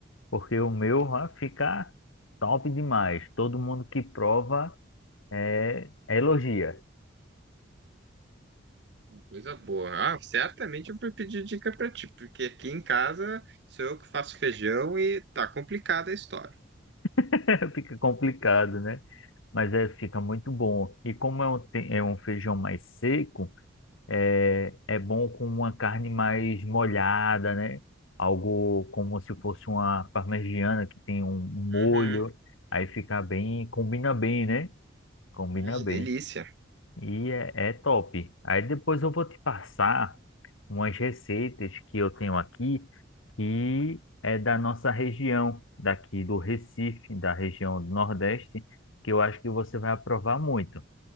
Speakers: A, on the left (about 85°); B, on the right (about 55°).
A: porque o meu vai ficar top demais. Todo mundo que prova é, é elogia.
B: Coisa boa. Ah, certamente eu vou pedir dica pra ti, porque aqui em casa sou eu que faço feijão e tá complicada a história.
A: <laughs> Fica complicado, né? Mas é, fica muito bom. E como é um, te- é um feijão mais seco, é, é bom com uma carne mais molhada, né? Algo como se fosse uma parmegiana que tem um um molho.
B: Uhum.
A: Aí fica bem, combina bem, né? Combina
B: Ah,
A: bem.
B: delícia.
A: E é, é top. Aí depois eu vou te passar umas receitas que eu tenho aqui que é da nossa região, daqui do Recife, da região do Nordeste, que eu acho que você vai aprovar muito.